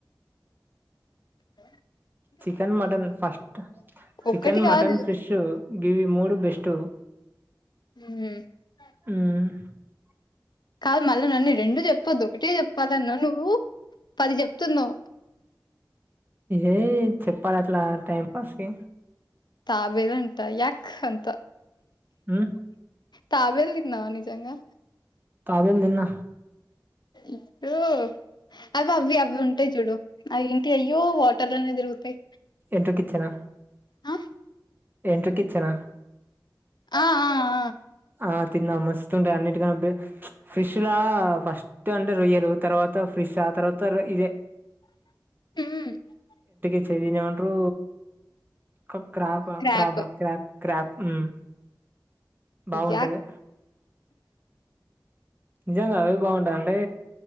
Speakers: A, on the left (about 75°); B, on the right (about 25°).
A: ఆ
B: చికెన్ మటన్ ఫస్ట్ చికెన్
A: ఒక్కటి
B: మటన్
A: కాదు
B: ఫిష్ గివి మూడు బెస్టు
A: మ్
B: మ్
A: కాదు మళ్ళీ నన్ను రెండు చెప్పొద్దు ఒకటే చెప్పాలన్నావ్ నువ్వు పది చెప్తున్నావు
B: ఏ చెప్పాలట్లా టైం పాస్ కి
A: తాబేలంట యాక్ అంత
B: మ్
A: తాబెల్ తిన్నావా నిజంగా
B: తాబేలు తిన్నా
A: ఎప్పుడు అవి అవ్వి అవి ఉంటాయి్ చూడు అవి ఏంటి అయ్యో వాటర్లనే తిరుగుతాయి
B: ఎండ్రికిచ్చనా
A: ఆ
B: ఎండ్రికిచ్చన
A: ఆ ఆ ఆ
B: ఆ తిన్నా మస్తుంటాయి అన్నింటికన్నా ఫ్రిష్ లా ఫస్ట్ అంటే రొయ్యలు తర్వా త ఫ్ర్రిష్ ఆ తర్వాత ఇదే
A: మ్
B: చ్ దిన్నేమంట్రూ క్ crab
A: crab
B: crab crab crab మ్ బాగుంటది
A: యాక్
B: నిజంగా అవ్ బాగుంటాయి అంటే